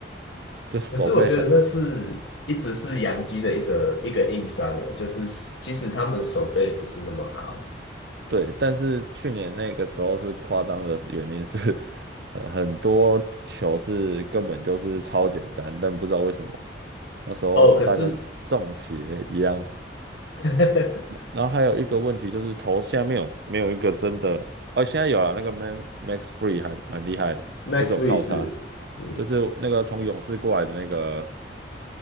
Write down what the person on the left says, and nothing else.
可是我觉得那是一直是洋基的一则一个硬伤诶，就是其实他们手背不是那么好
哦。可是 <laughs>
Max
Free 是，嗯，